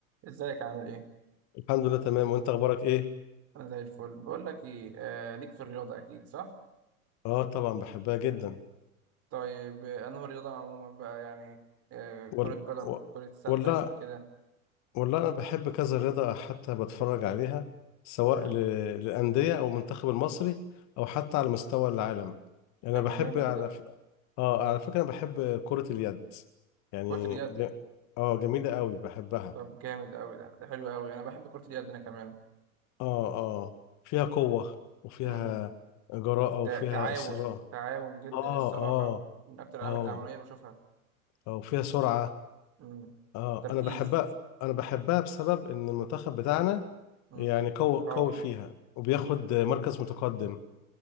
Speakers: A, on the right; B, on the left.
A: ازيك عامل ايه؟
B: الحمد لله تمام وانت اخبارك ايه
A: انا زي الفل بقول لك ايه آه ليك في الرياضة اكيد صح؟
B: اه طبعا بحبها جدا
A: طيب آه، انه الرياضة عموما بقى يعني آه
B: وال...
A: كرة قدم
B: و-
A: كرة سلة
B: ولا
A: كده
B: ولا انا بحب كذا رياضه حتى بتفرج عليها سواء
A: امم
B: ل... للانديه او المنتخب المصري او حتى على مستوى العالم انا
A: طب
B: بحب
A: ما جامد
B: على
A: ده
B: ف... اه على فكره انا بحب كره اليد يعني
A: كرة اليد
B: ج... اه جميله قوي بحبها
A: طب جامد قوي ده ده حلو قوي انا بحب كرة اليد انا كمان
B: اه اه فيها قوه وفيها
A: امم
B: جراءه وفيها
A: تع- تعاون
B: اصرار
A: تعاون جدا
B: اه
A: الصراحة
B: اه
A: من اكتر الالعاب
B: اه
A: التعاونية بشوفها
B: اه وفيها سرعه
A: امم
B: اه
A: تركيز
B: انا بحبها انا بحبها بسبب ان المنتخب بتاعنا
A: امم
B: يعني قوي
A: قوي
B: قوي فيها وبياخد مركز متقدم